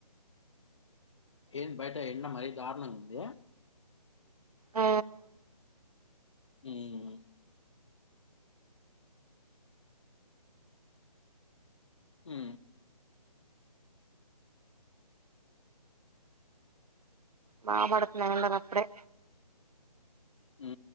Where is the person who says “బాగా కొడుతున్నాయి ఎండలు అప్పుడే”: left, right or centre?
Right